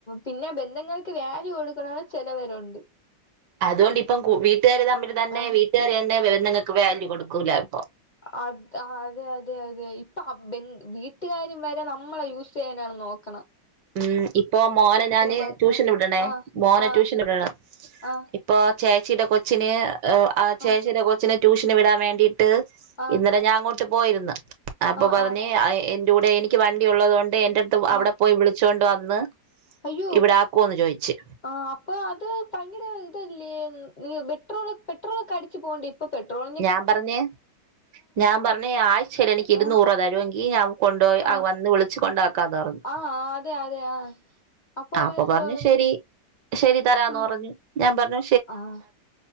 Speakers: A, on the left; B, on the right.
A: പിന്നെ ബന്ധങ്ങൾക്ക് വാല്യൂ കൊടുക്ക്ണ ചെലവരുണ്ട്
B: അതുകൊണ്ട് ഇപ്പം കൂ വീട്ടുകാര് തമ്മിൽ തന്നെ
A: ആഹ്
B: വീട്ടുകാർ തന്നെ ബന്ധങ്ങൾക്ക് വാല്യൂ കൊടുക്കൂല ഇപ്പൊ
A: അ അതെ അതെ അതെ ഇപ്പൊ വീട്ടുകാരും വരെ നമ്മളെ യൂസ് ചെയ്യാനാണ് നോക്ക് ണേ
B: ഉം ഇപ്പൊ മോനെ ഞാന്
A: മാത്രം
B: ട്യൂഷന് വിടണേ
A: ആഹ്
B: മോന
A: ആഹ്
B: ട്യൂഷൻ വിടണം
A: ആഹ്
B: ഇപ്പൊ ചേച്ചിയുടെ കൊച്ചിന് ആ ചേച്ചിയുടെ
A: ആഹ്
B: കൊച്ചിന് ട്യൂഷന് വിടാൻ വേണ്ടിട്ട്
A: ആഹ് ആഹ്
B: ഇന്നലെ ഞാൻ അങ്ങോട്ട് പോയിരുന്നു അപ്പൊ
A: ആഹ്
B: പറഞ്ഞ്
A: ആഹ്
B: അ എ ന്റെ ടെ എനിക്ക് വണ്ടി ഉള്ളതു കൊണ്ട് എന്റെ അടുത്ത് അവിടെ
A: ആഹ്
B: പോയി വിളിച്ചോണ്ട് വന്ന്
A: അയ്യോ
B: ഇവിടെ ആക്കുവോന്ന് ചോദിച്ച്
A: ആ അപ്പൊ അത് ഭയങ്കര ഇതല്ലേ പെട്രോൾ പെട്രോൾ ഒക്കെ അടിച്ചു പോണ്ടെ പ്പം പെട്രോൾ
B: ഞാൻ പറ്ഞ്ഞ് ഞാൻ പറ്ഞ് ആഴ്ചയിൽ എനിക്ക് ഇരുന്നൂർ
A: ആഹ്
B: തരൂ ങ്കി ഞാൻ കൊണ്ടോയി ആ
A: ആഹ്
B: വന്ന് വിളി ളിച്ചു കൊണ്ടാക്കാന്ന് പറ്ഞ്ഞു
A: ആഹ് അതെ അതെ ആഹ് അവരെന്തു
B: അപ്പൊ പറ്ഞ്ഞു
A: പറഞ്ഞ്
B: ശെരി ശരി തരാന്ന്
A: ആഹ്
B: പറഞ്ഞു ഞാൻ പറ്ഞ്ഞു
A: ആഹ്